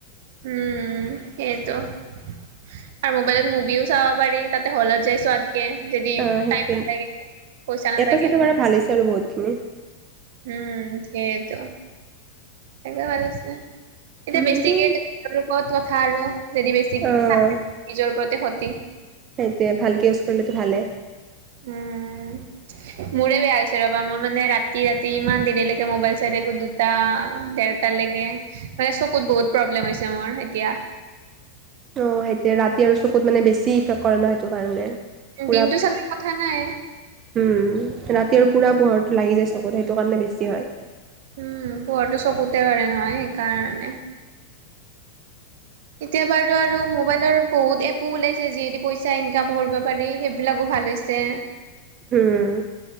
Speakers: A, on the right (about 65°); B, on the right (about 35°).
A: উম সেইটো। আৰু মোবাইলত মুভিও চাব পাৰি তাতে হলত যাইছো। কে যদি
B: অ' সেইটোৱে।
A: টাইম নাপাই পইচা নাথাকে।
B: এটা চাইডৰ পৰা ভাল হৈছে আৰু বহুতখিনি।
A: উম সেইতো একে ভাল আছে। এতিয়া
B: উম
A: বেছিকে
B: সেইটো
A: তেৰ লগত কথা আৰু যদি বেছিকে
B: অ'
A: চাই নিজৰ ওপৰতে খতি।
B: সেইটোৱে ভালকে ইউজ কৰিলেটো ভালে। <unintelligible>
A: উম মোৰে বেয়া হৈছে ৰবা মই মানে ৰাতি ৰাতি ইমান দেৰিলেকে মোবাইল চাই থাকো দুটা দেৰটালেকে মানে চকুত বহুত প্ৰব্লেম হৈছে মোৰ এতিয়া।
B: <unintelligible> অ হেতে ৰাতি আৰু চকুত মানে বেছি কৰে ন সেইটো কাৰণে পুৰা
A: দিনটো চালে কথা নাই
B: উম। ৰাতি আৰু পুৰা পোহৰটো লাগি যায় চকুত সেইটো কাৰণে বেছি হয়।
A: উম পুহৰটো চকুতে ধৰে নহয় সেইকাৰণে। এতিয়া বাৰু আৰু মোবাইলৰ বহুত এপো ওলাইছে যিহেদি পইচা ইনকাম কৰিব পাৰি। সেইবিলাকো ভাল হৈছে।
B: হুম।